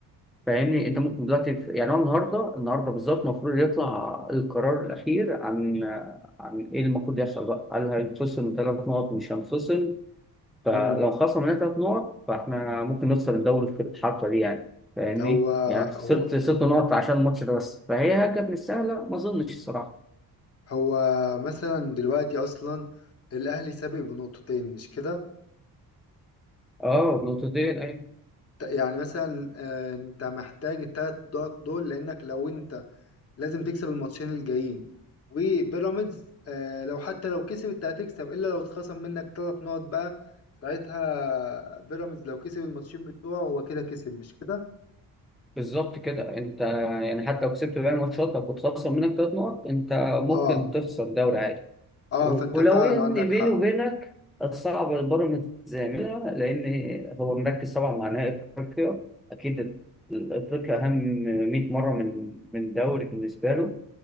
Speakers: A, in the centre; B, on the left.
A: فاهمني أنت ممكن دلوقتي في- يعني هو النهاردة النهاردة بالظبط المفروض يطلع القرار الأخير عن عن إيه المفروض يحصل بقى هل هينفصل من ثلاث نقط مش هينفصل فلو
B: امم
A: خسرنا مننا ثلاث نقط فاحنا ممكن نخسر الدوري في الحركه دي يعني فاهمني؟
B: هو
A: يعني خسرت
B: هو
A: ست نقط عشان الماتش ده بس فهي كانت مش سهله ما اظنش الصراحه
B: هو مثلا دلوقتي اصلا الاهلي سابق بنقطتين مش كده
A: اه نقطتين اي
B: ت- يعني مثلا آه، انت محتاج التلات نقط دول لانك لو انت لازم تكسب الماتشين الجايين وبيراميدز آه، لو حتى لو كسبت هتكسب الا لو اتخصم منك ثلاث نقط بقى ساعتها بيراميدز لو كسب الماتشين بتوعه هو كده كسب مش كده
A: بالظبط كده انت يعني حتى لو كسبت باقي الماتشات لو كنت خسر منك ثلاث نقط انت ممكن
B: اه
A: تخسر الدوري عادي
B: اه
A: ولو
B: فانت فعلا
A: ان
B: عندك
A: بيني
B: حق
A: وبينك الصعب البيراميدز يعملها لان هو مركز طبعا مع نهائي افريقيا اكيد افريقيا اهم 100 مره من من دوري بالنسبه له